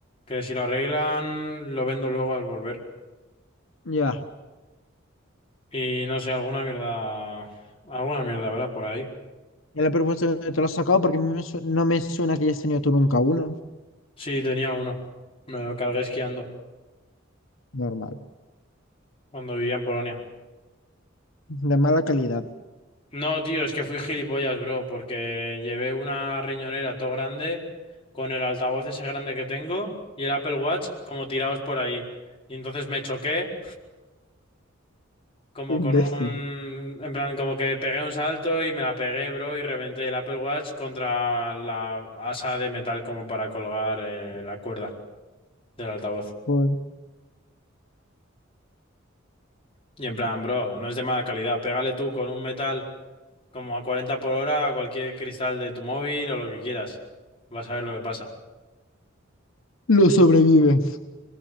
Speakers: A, on the left; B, on the left.
A: Que si lo arreglan, lo vendo luego al volver.
B: ya.
A: Y no sé, alguna mierda. Alguna mierda, ¿verdad? Por ahí.
B: Ya la propuesta no te lo has sacado porque me su- no me suena que hayas tenido tú nunca uno.
A: Sí, tenía uno. Me lo cargué esquiando
B: Normal.
A: cuando vivía en Polonia.
B: De mala calidad.
A: No, tío, es que fui gilipollas, bro, porque llevé una riñonera todo grande con el altavoz ese grande que tengo y el Apple Watch como tirados por ahí. Y entonces me choqué como
B: Imbécil.
A: con un... En plan, como que pegué un salto y me la pegué, bro, y reventé el Apple Watch contra la asa de metal como para colgar eh, la cuerda del altavoz.
B: Bueno,
A: Y en plan, bro, no es de mala calidad. Pégale tú con un metal como a 40 por hora a cualquier cristal de tu móvil o lo que quieras. Vas a ver lo que pasa.
B: lo sobrevive.